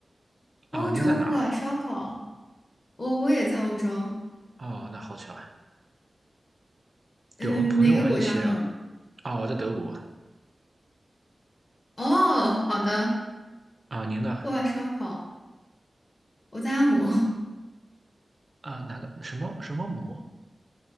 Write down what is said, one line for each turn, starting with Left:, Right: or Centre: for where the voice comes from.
Right: 啊，
Left: 欧洲户外烧烤。
Right: 您在哪儿？
Left: 哦，我也在欧洲。
Right: 哦，那好巧啊！
Left: 嗯，
Right: 对，我们朋友们一起。
Left: 哪个国家呢？
Right: 哦，我在德国。
Left: 哦，好的，
Right: 啊，您呢？
Left: 户外烧烤。我在阿姆，
Right: 啊，哪个什么什么姆？